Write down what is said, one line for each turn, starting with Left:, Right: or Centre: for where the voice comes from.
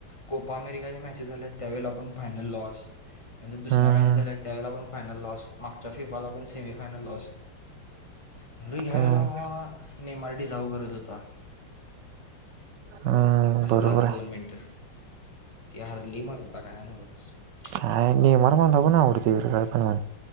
Left: कोपा अमेरिकाच्या मॅचेस झाल्या त्यावेळेला आपण फायनल लॉस त्यांतर दुसऱ्या
Right: हम्म
Left: मॅचेस झाल्या त्यावेळेला पण. फायनल लॉस मागच्या फिबा ला पण सेमीफानल लॉस. म्हल ह्या
Right: हम्म
Left: वेला व भा आनेमराठी जाऊ करत होता.
Right: हम्म
Left: असं
Right: बरोबर
Left: झालं
Right: आहे
Left: दोन मिनिटं. ती हरली मक मग काय नव्हतं
Right: काय नेमार बांधा पण आवडतेणमान